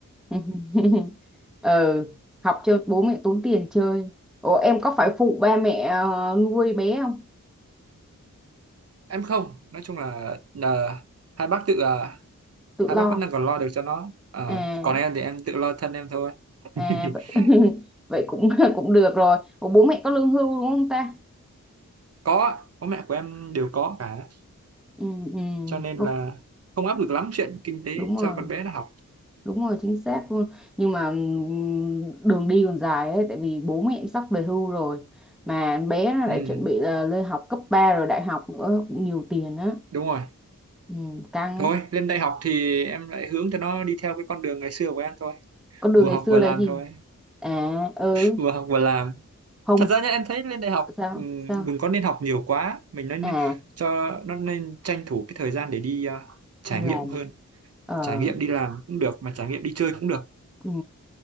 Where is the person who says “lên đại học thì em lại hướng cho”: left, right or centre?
Right